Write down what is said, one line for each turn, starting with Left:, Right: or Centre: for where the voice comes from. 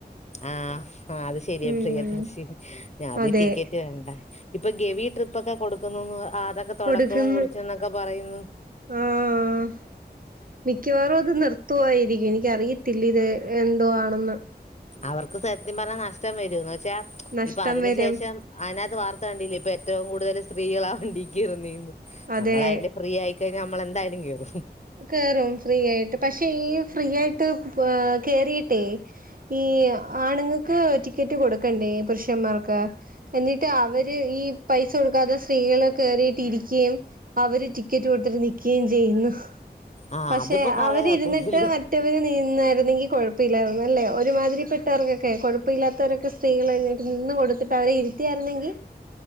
Left: ആഹ് ആഹ് അത് ശെരിയാ
Right: ഉം
Left: പ്രിയ ദർശിനി ഞാ അതി
Right: അതെ
Left: ടിക്കറ്റ് വേണ്ട ഇപ്പൊ ഗവി ട്രിപ്പൊക്കെ കൊടുക്കുന്നൂന്ന് ആഹ് അതൊ തൊടക്കം
Right: കൊടുക്കുന്നു
Left: കുറിച്ച് ന്നൊക്കെ പറയ്ന്ന്
Right: ആഹ് മിക്കവാറും അത് നിർത്തുവായിരിക്കും എനിക്കറിയത്തില്ല ഇത് എന്തോ ആണെന്ന്
Left: അവർക്ക് സത്യം പർഞ്ഞാ നഷ്ടം വെരും എന്നുവെച്ചാ
Right: നഷ്ടം
Left: ഇപ്പ അതിന്ശേഷം
Right: വരും
Left: അയ്നകത്ത് വാർത്ത കണ്ടില്ലേ ഇപ്പ ഏറ്റവും കൂടുതല് സ്ത്രീകളാ വണ്ടി കേറുന്നേന്ന്
Right: അതെ
Left: നമ്മളയ്ല് ഫ്രീ ആയി ക്കയിഞ്ഞ ഞമ്മളെന്തായാലും കേറും
Right: കേറും ഫ്രീയായിട്ട് പക്ഷെ ഈ ഫ്രീയായിട്ട് എഹ് കേറിയിട്ടേ ഈ ആണ്ങ്ങക്ക് ടിക്കറ്റ് കൊടുക്കണ്ടേ പുരുഷന്മാർക്ക് എന്നിട്ട് അവര് ഈ പൈസ കൊടുക്കാതെ സ്ത്രീകള് കേറിയിട്ട് ഇരിക്ക്യേം അവര് ടിക്കറ്റ് കൊട്ത്ത്ട്ട് നിക്ക് യേംചെയ്യുന്നു
Left: ആഹ്
Right: പക്ഷെ
Left: അതിപ്പോ പറയാനൊക്കത്തില്ല
Right: അവര് ഇരുന്നിട്ട് മ റ്റെവര് നിന്നായിരുന്നെങ്കി കൊഴപ്പഇല്ലായിരുന്നു അല്ലേ ഒരുമാതിരിപ്പെട്ടവർക്കൊക്കെ കൊഴപ്പ ഇല്ലാത്തവരൊക്കെ സ്ത്രീകള് എഴുന്നേറ്റ് നിന്ന് കൊട്ത്തിട്ട് അവരെ ഇരുത്തിയാര്ന്നെങ്കി